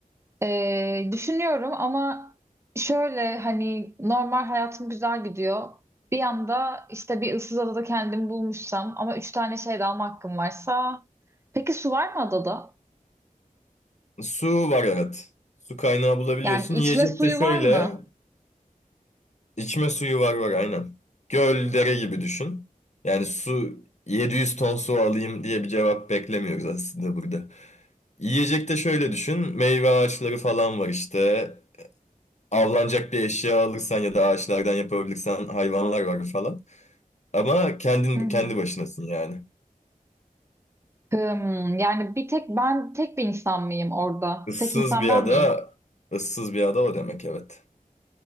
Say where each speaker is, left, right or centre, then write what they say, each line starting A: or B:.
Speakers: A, on the right (about 20°); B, on the left (about 55°).
A: Ee, düşünüyorum ama şöyle hani normal hayatım güzel gidiyor. Bir yanda işte bir ıssız adada kendimi bulmuşsam ama üç tane şey de alma hakkım varsa. Peki su var mı adada?
B: Su var evet. Su kaynağı bulabiliyorsun.
A: Yani içme
B: Yiyecek
A: suyu
B: de şöyle.
A: var mı?
B: İçme suyu var var aynen. Göl, dere gibi düşün. Yani su 700 ton su alayım diye bir cevap beklemiyoruz aslında burada. Yiyecek de şöyle düşün. Meyve ağaçları falan var işte. Avlanacak bir eşya alırsan ya da ağaçlardan yapabilirsen hayvanlar var falan. Ama kendin
A: Hı hı.
B: kendi başınasın yani.
A: Hım, yani bir tek ben tek bir insan mıyım orada?
B: Issız
A: Tek insan
B: bir
A: ben
B: ada,
A: miyim?
B: ıssız bir ada o demek evet.